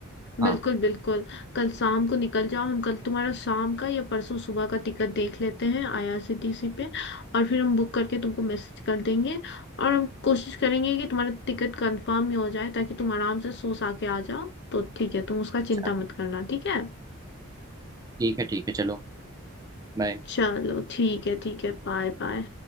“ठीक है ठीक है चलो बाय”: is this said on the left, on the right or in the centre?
Right